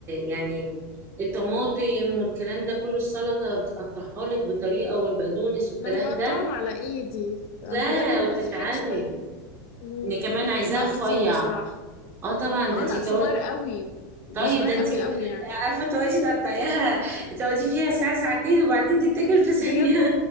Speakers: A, on the right; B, on the left.
A: يعني الطماطم والكلام ده كله السلطه بتقطعها لك بطريقه والبقدونس والكلام
B: ده انا بقطعهم
A: ده
B: على ايدي بجد
A: لا
B: والله
A: وبتتعبي
B: في حاجه شبه مم.
A: ان كمان عايزاها
B: بقى
A: رفيع
B: كتير بصراحه
A: اه طبعا ده
B: اه
A: انت
B: لا
A: تقعد-
B: صغير قوي ده
A: طيب
B: صغير
A: ده انت
B: قوي قوي يعني
A: عارفه تقعدي تقطعيها تقعدي فيها ساعه ساعتين وبعدين تتاكل في ثانيه
B: بجد